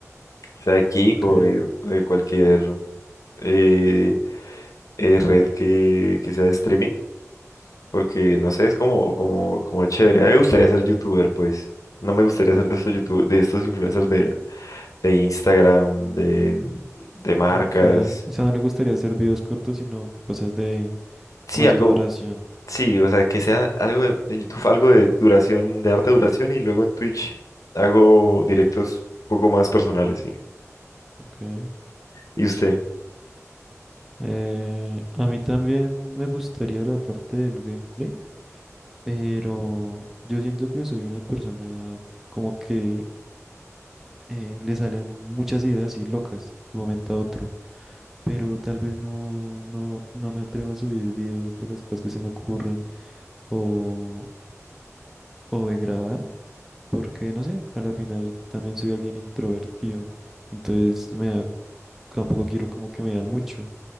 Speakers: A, on the left (about 85°); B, in the centre.
A: sea de Kik
B: Ok,
A: o de, de cualquier eh, eh, red que, que sea de streaming Porque, no sé, es como, como, como chévere. A mí me gustaría ser youtuber, pues. No me gustaría ser de estos youtubers, de estos influencers de, de Instagram, de, de marcas.
B: ok. O sea, no le gustaría hacer videos cortos, sino cosas de
A: Sí,
B: más
A: algo,
B: duración.
A: sí, o sea, que sea algo de, en YouTube, algo de duración, de harta duración, y luego en Twitch hago directos un poco más personales, sí.
B: Ok.
A: ¿Y usted?
B: Eh, a mí también me gustaría la parte del gameplay, pero yo siento que soy una persona como que eh, le salen muchas ideas y locas de un momento a otro, pero tal vez no, no, no me atrevo a subir videos de las cosas que se me ocurren o, o de grabar, porque no sé, a la final también soy alguien introvertido, entonces me da, tampoco quiero como que me vean mucho.